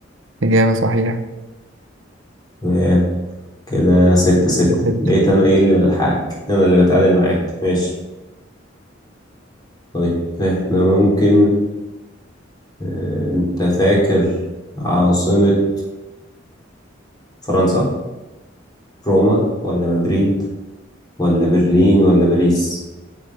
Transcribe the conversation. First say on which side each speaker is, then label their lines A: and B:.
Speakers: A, on the right; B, on the left.
A: إجابة صحيحة
B: تمام كده ستة ستة
A: <laughs>
B: بقيت أنا إيه اللي بلحقك أنا اللي بتعادل معاك ماشي طيب إحنا ممكن آه، أنت فاكر عاصمة فرنسا روما ولا مدريد ولا برلين ولا باريس